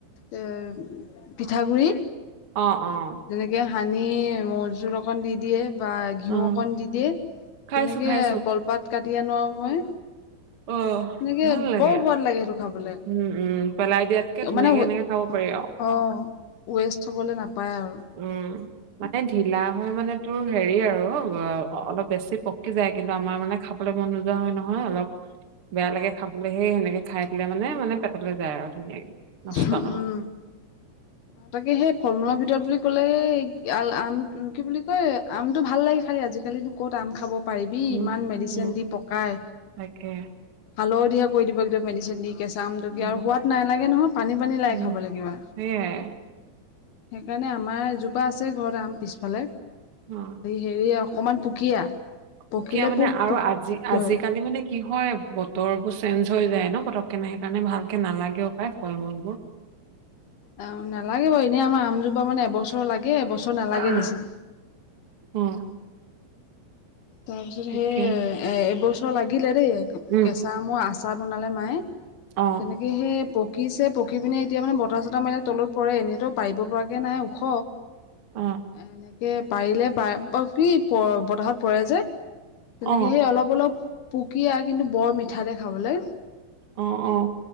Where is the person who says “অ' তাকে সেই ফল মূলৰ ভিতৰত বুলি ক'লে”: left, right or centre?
Left